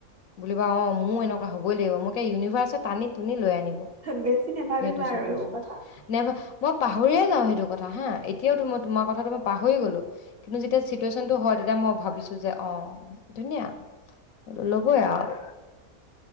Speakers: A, on the left; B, on the right.
A: বুলা অ, মোৰ এনেকুৱা হবই লাগিব, মোক ইউনিভাৰ্চ টানি টুনি, লৈ আনিব
B: বেছি নাভাবিবা
A: সেইটো চিটুৱেচন,
B: আৰু এইবোৰ কথা
A: নাইবা মই পাহৰিয় যাওঁ, সেইটো কথা হা, এতিয়াও টো, মই তোমাৰ কথাটো মই পাহৰি গ'লো। কিন্তু যেতিয়া চিটুৱেশচনটো হয়, তেতিয়া মই ভাবিছো যে, অ, ধুনীয়া ল'বই আৰু।